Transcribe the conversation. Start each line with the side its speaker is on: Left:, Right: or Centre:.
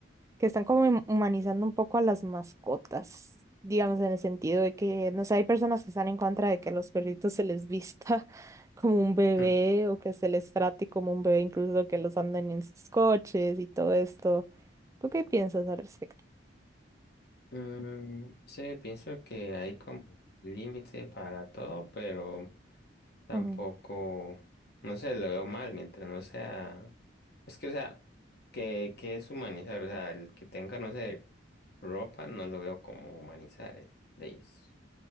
Right: que están como hum- humanizando un poco a las mascotas, digamos, en el sentido de que, no sé, hay personas que están en contra de que a los perritos se les vista <laughs> como un bebé
Left: <laughs>
Right: o que se les trate como un bebé, incluso que los anden en sus coches y todo esto. ¿Tú qué piensas al respecto?
Left: Hmm. Mm, sí, pienso que hay como límite para todo, pero tampoco,
Right: Mm,
Left: no sé, lo veo mal mientras no sea, es que, o sea, que, que es humanizar, o sea, el que tenga, no sé, ropa, no lo veo como humanizar, es de ellos,